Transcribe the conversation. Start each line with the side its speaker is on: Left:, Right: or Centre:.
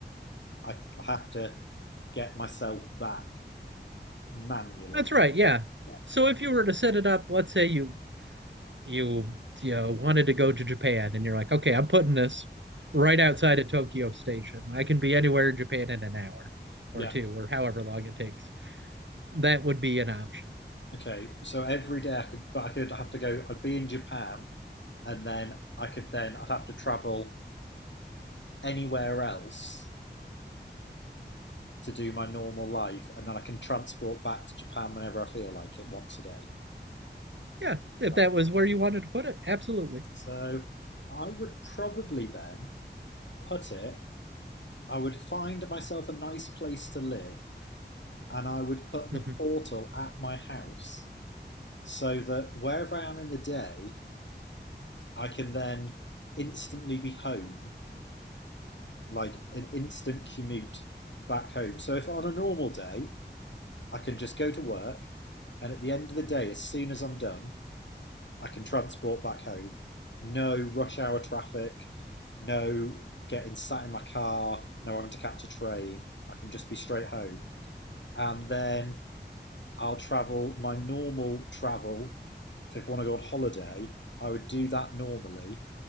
Left: I I have to get myself back manually.
Right: That's right. Yeah.
Left: Yeah.
Right: So, if you were to set it up, let's say you you you know, wanted to go to Japan and you're like, okay, I'm putting this right outside of Tokyo Station. I can be anywhere in Japan in an hour
Left: Yeah.
Right: or two or however long it takes. That would be an option.
Left: Okay. So every day I could, but I could have to go. I'd be in Japan, and then I could then I'd have to travel anywhere else to do my normal life, and then I can transport back to Japan whenever I feel like it once a day.
Right: Yeah, if
Left: Right.
Right: that was where you wanted to put it, absolutely.
Left: So I would probably then put it, I would find myself a nice place to live, and I would put the
Right: hmm
Left: portal at my house so that wherever I am in the day, I can then instantly be home, like an instant commute back home. So if on a normal day, I can just go to work, and at the end of the day, as soon as I'm done, I can transport back home. No rush hour traffic, no getting sat in my car, no having to catch a train. I can just be straight home. And then I'll travel my normal travel. So if I want to go on holiday, I would do that normally,